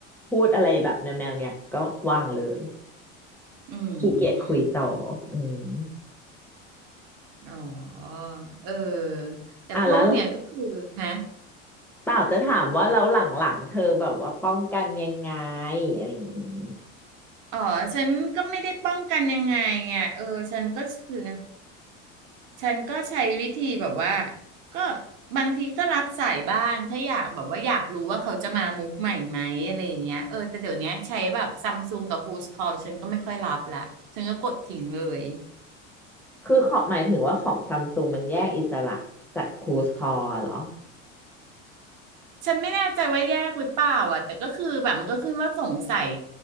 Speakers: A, in the centre; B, on the right (about 55°).
A: พูดอะไรแบบแนวแนวเนี้ยก็ว่างเลย
B: อืม
A: ขี้เกียจคุยต่ออืม
B: อ๋อเออแต่พวกเนี่ยก็คือฮะ
A: อ่ะแล้วเปล่าจะถามว่าแล้วหลังๆเธอแบบว่าป้องกันยังไงอะไรอย่างงี้
B: อ๋อฉันก็ไม่ได้ป้องกันยังไงไงเออฉันก็คือฉันก็ใช้วิธีแบบว่าก็บางทีก็รับสายบ้างถ้าอยากแบบว่าอยากรู้ว่าเขาจะมามุกใหม่ไหมอะไรอย่างเงี้ยเออแต่เดี๋ยวเนี้ยใช้แบบซัมซุงกับ Who's Call ฉันก็ไม่ค่อยรับละฉันก็กดทิ้งเลย
A: คือขอหมายถึงว่าของซัมซุงมันแยกอิสระจากครูสคอร์เหรอ
B: ฉันไม่แน่ใจว่าแยกหรือเปล่าอ่ะแต่ก็คือแบบมันก็ขึ้นว่าสงสัย